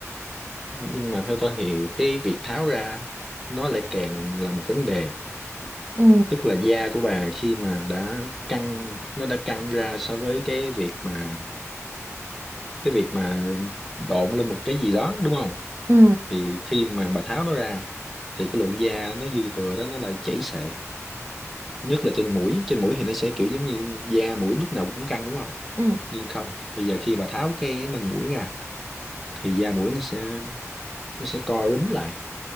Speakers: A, in the centre; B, on the right.
A: nhưng mà theo tôi thì cái việc tháo ra nó lại càng là một vấn đề
B: ừ
A: tức là da của bà khi mà đã căng nó đã căng ra so với cái việc mà cái việc mà độn lên một cái gì đó đúng không
B: ừ
A: thì khi mà bà tháo nó ra thì cái lượng da nó dư thừa đó nó lại chảy xệ nhất là trên mũi trên mũi thì nó sẽ kiểu giống như da mũi lúc nào cũng căng đúng không
B: ừ
A: nhưng không bây giờ khi bà tháo cái nền mũi ra thì da mũi nó sẽ nó sẽ co rúm lại